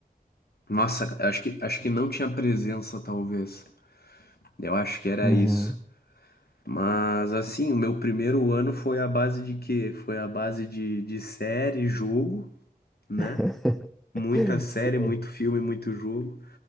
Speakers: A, on the left (about 80°); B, in the centre.
A: nossa, acho que acho que não tinha presença talvez. Eu acho que era
B: Uhum.
A: isso. Mas assim, o meu primeiro ano foi a base de quê? Foi a base de, de série, jogo, né?
B: <laughs>
A: Muita série,
B: Sim.
A: muito filme, muito jogo.